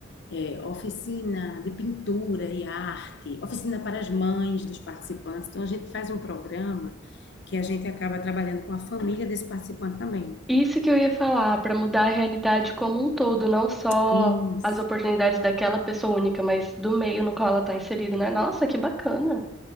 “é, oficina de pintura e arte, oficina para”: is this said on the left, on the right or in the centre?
Left